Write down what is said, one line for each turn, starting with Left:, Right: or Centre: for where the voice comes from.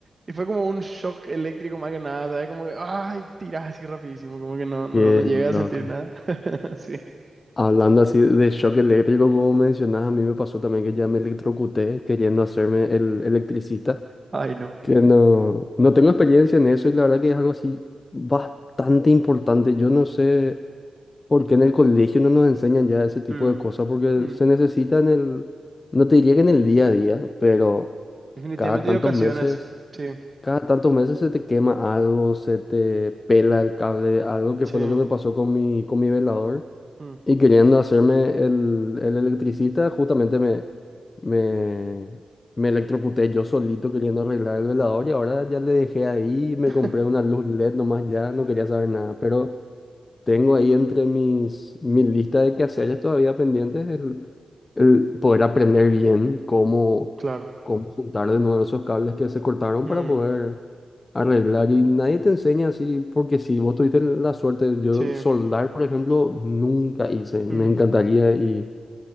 Right: y fue como un shock eléctrico más que nada, ¿sabes? Como que, ay, tirás así rapidísimo, como que no, no,
Left: Qué
Right: no llegué
Left: loco.
Right: a sentir nada. <laughs> Sí.
Left: hablando así de shock eléctrico, como mencionas, a mí me pasó también que ya me electrocuté queriendo hacerme el electricista,
Right: Ay, no.
Left: que no, no tengo experiencia en eso y la verdad que es algo así bastante importante. Yo no sé. Porque en el colegio no nos enseñan ya ese tipo
Right: Mm,
Left: de cosas, porque
Right: mm.
Left: se necesita en el, no te llega en el día a día, pero
Right: Definitivamente
Left: cada tantos
Right: hay ocasiones.
Left: meses,
Right: Sí,
Left: cada tantos meses se te quema algo, se te pela el cable, algo que
Right: sí.
Left: fue lo que me pasó con mi, con mi velador.
Right: mm,
Left: Y queriendo hacerme el, el electricista, justamente me, me, me electrocuté yo solito queriendo arreglar el velador y ahora ya le dejé ahí, me
Right: <laughs>
Left: compré una luz LED nomás ya, no quería saber nada, pero... Tengo ahí entre mis, mi lista de quehaceres todavía pendientes el, el poder aprender bien cómo,
Right: Claro.
Left: cómo juntar de nuevo esos cables que se cortaron
Right: Mm,
Left: para poder arreglar. Y nadie te enseña así, porque si vos tuviste la suerte, yo
Right: sí.
Left: soldar, por ejemplo, nunca hice. Me
Right: mm.
Left: encantaría y,